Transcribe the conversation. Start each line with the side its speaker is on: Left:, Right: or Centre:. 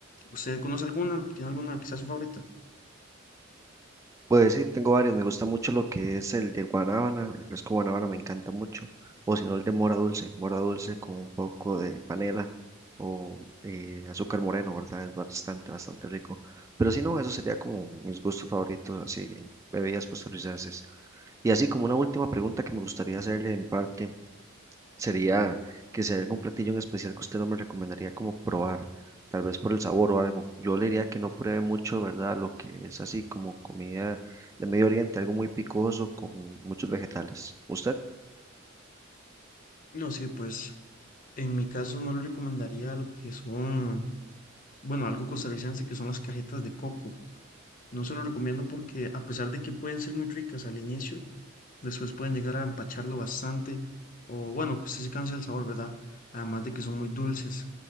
Left: ¿Usted conoce alguna? ¿Tiene alguna que sea su favorita?
Right: Pues sí, tengo varios. Me gusta mucho lo que es el de guanábana. El fresco guanábana me encanta mucho. O si no, el de mora dulce. Mora dulce con un poco de panela o eh, azúcar moreno, ¿verdad? Es bastante, bastante rico. Pero si no, eso sería como mis gustos favoritos, así, en bebidas costarricenses. Y así como una última pregunta que me gustaría hacerle de mi parte sería que sea algún platillo en especial que usted no me recomendaría como probar, tal vez por el sabor o algo. Yo le diría que no pruebe mucho, ¿verdad? Lo que es así como comida de Medio Oriente, algo muy picoso con muchos vegetales. ¿Usted?
Left: No, sí, pues en mi caso no le recomendaría lo que son, bueno, algo costarricense que son las cajetas de coco. No se lo recomiendo porque a pesar de que pueden ser muy ricas al inicio, después pueden llegar a empacharlo bastante o bueno, pues sí se cansa el sabor, ¿verdad? Además de que son muy dulces.